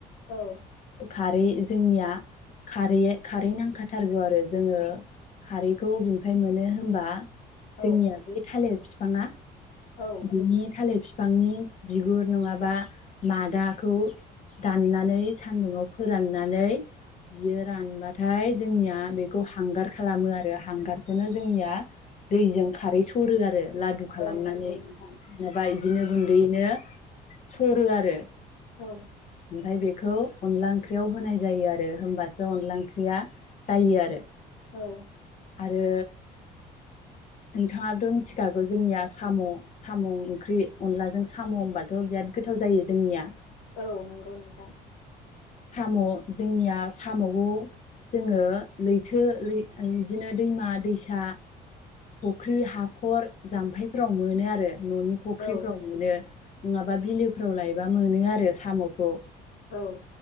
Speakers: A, on the left; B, on the left.
A: औ
B: खारै जोंनिया खारै खारै नांखाथारगौ आरो जोङो खारैखौ अबेनिफ्राय मोनो होनबा
A: औ
B: जोंनिया बे थालिर बिफांङा
A: औ
B: बिनि थालिर बिफांनि बिगुर नङाबा मादाखौ दाननानै सानदुंङाव फोराननानै बियो रानबाथाय जोंनिया बेखौ हांगार खालामो आरो हांगारखौनो जोंनिया दैजों खारै सरो आरो लादु खालामनानै
A: औ नंगौ नोंथां
B: माबा बिदिनो गुनदै सरो आरो
A: औ
B: ओमफ्राय बेखौ अनला ओंख्रियाव होनाय जायो आ रो होमबासो अनला ओंख्रिया जायो आरो
A: औ
B: आरो नोंथांङाथ' मिथिखागौ जोंनिया साम' साम' ओंख्रि अनलाजों साम' होनबाथ' बिराद गोथाव जायो जोंनिया
A: औ नंगौ नोंथां
B: साम' जोंनिया साम'खौ जोङो लैथो बिदिनो दैमा दैसा फुख्रि हाखर जाम्फैफोराव मोनो आरो न'नि फुख्रिफ्राव
A: औ
B: मोनो नङाबा बिलोफोराव लायोबा मोनो आरो साम'खौ
A: औ